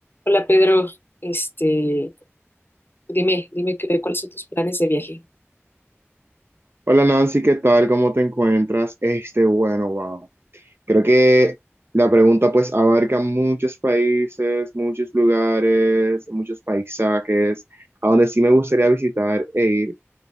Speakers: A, on the left (about 50°); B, on the right (about 55°).
A: Hola Pedro, este, dime, dime qué- cuáles son tus planes de viaje.
B: Hola Nancy, ¿qué tal? ¿Cómo te encuentras? Este, bueno, wow. Creo que la pregunta pues abarca muchos países, muchos lugares, muchos paisajes, a donde sí me gustaría visitar e ir.